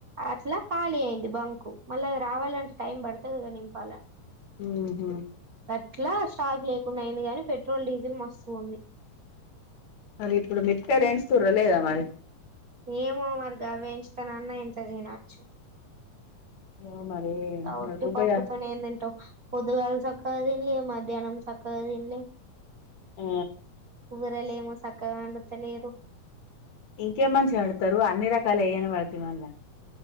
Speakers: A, on the right (about 90°); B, on the left (about 60°).
A: ఆట్లా ఖాళీ అయింది బంకు మళ్ళీ అది రావాలంటే టైం పడుతది కదా నింపాల
B: మ్ హ
A: అట్లా స్టాక్ లేకుండా అయింది కానీ పెట్రోల్ డీజిల్ మస్తు ఉంది
B: మరి ఇప్పుడు వేయిస్తున్నారలేదా మరి
A: ఏమో మరిగా వేయించతానన్న ఇంత తినొచ్చు
B: ఏమో మరి
A: ఉట్టి
B: మరి భూపయ్య
A: పప్పుతోని ఏం తింటావ్ పొద్దుగాల సక్కగా తినలే మధ్యానం సక్కగా తినలే
B: ఆ
A: కూరలేమో సక్కగాండతలేదు
B: ఇంకేం మంచిగా వండుతారు అన్ని రకాల యయ్యని వాళ్లు మా <inaudible>